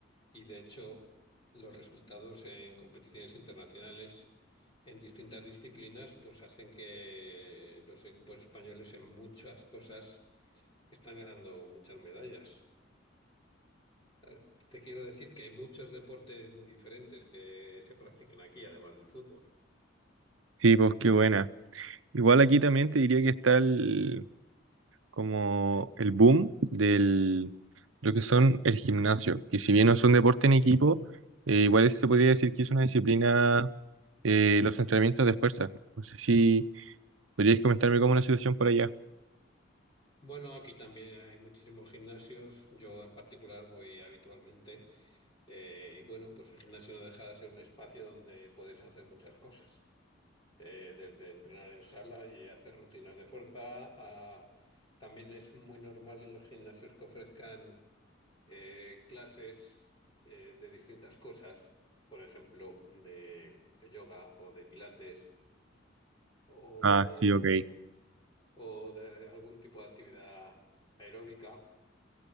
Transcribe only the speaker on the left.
y de hecho los resultados en competiciones internacionales en distintas disciplinas pues hacen que los equipos españoles en muchas cosas están ganando muchas medallas. Eh, Te quiero decir que hay muchos deportes muy diferentes que se practican aquí, además del fútbol.
Bueno, aquí también hay muchísimos gimnasios. Yo en particular voy habitualmente. Eh, y bueno, pues el gimnasio no deja de ser un espacio donde puedes hacer muchas cosas. Eh, desde entrenar en sala y hacer rutinas de fuerza a... También es muy normal en los gimnasios que ofrezcan eh, clases eh, de distintas cosas, por ejemplo, de, de yoga o de pilates o,
o de algún tipo de actividad aeróbica.